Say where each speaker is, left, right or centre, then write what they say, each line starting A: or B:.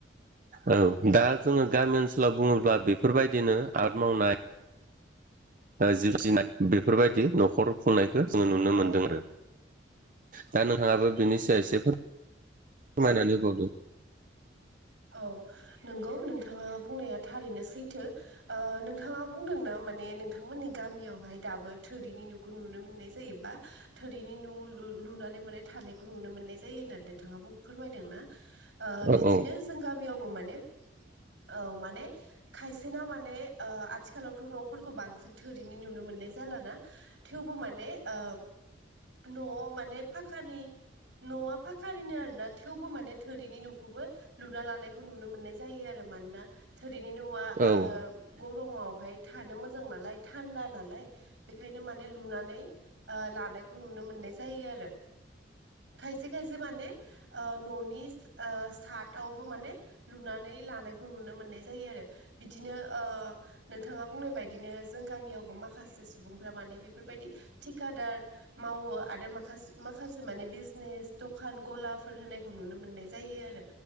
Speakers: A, on the right; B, on the right.
A: औ दा जोङो गामि ओनसोलाव बुङोब्ला बेफोरबायदिनो आबाद मावनाय जिब जुनात बेफोरबायदि न'खर खुंनाय जोङो नुनो
B: औ
A: मोनदों आरो दा नोंथांङाबो बिनि सायाव एसे फोर फोरमायनानै होबावदो?
B: औ नंगौ नोंथाङा बुंनाया थारैनो सैथो ओ नोंथाङा बुंदोंना माने नोंथांमोननि गामियावहाय दाबो थोरिनि न खौ नुनो मोननाय जायो बा थोरिनि न' लु लुनानै माने थानायखौ नुनो मोननाय जायो होननानै नोंथाङाबो फोरमायदों ना? ओ
A: औ
B: बिदिनो
A: औ
B: जों गामियावबो माने औ माने खायसेना माने ओ आथिखालावथ' न' फोरखौ बांसिन थोरैनि नुनो मोननाय जालाना थेवबो माने ओ न'आव माने फाखानि न'आ फाखानिनो आरोना थेवबो माने थोरिनि न'खौबो लुना लानायखौ नुनो मोननाय जायो आरो मानोना थो बिनि न'आ ओ
A: औ
B: गरमावहाय थानो मोज मोजां नालाय थान्दा नालाय बेनिखायनो माने लुनानै ओ लानायखौ नुनो मोननाय जायो। खायसे खायसे माने ओ न'नि ओ साद थावबो माने लुनानै लानायखौ नुनो मोननाय जायो आरो बिदिनो ओ नोंथाङा बुंनाय बायदिनो जों गामियावबो माखासे सुबुंफ्रा माने बेफोरबायदि थिकादार मावो आरो माखासे माखासे माने बिजनेस दखान गलाफोर होनायखौ नुनो मोननाय जायो आरो